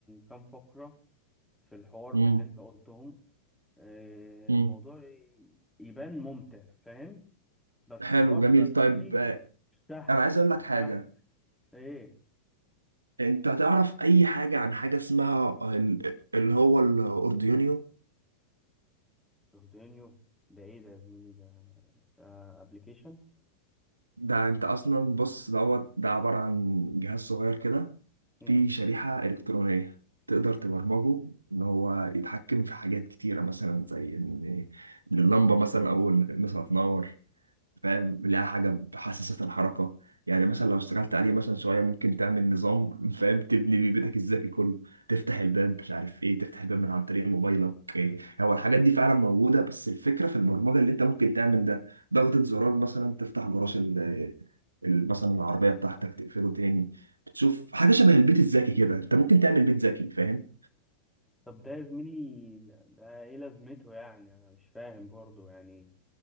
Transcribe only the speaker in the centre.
كام فقرة في الحوار
من اللي انت قلتهم آه،
الموضوع ي- يبان ممتع فاهم بس
برضه
يا زميلي
مش سهل
مش
سهل ايه
جوردانيو ده ايه ده يا زميلي ده ابلكيشن
امم
طب ده يا زميلي ده ايه لازمته يعني انا مش فاهم برضه يعني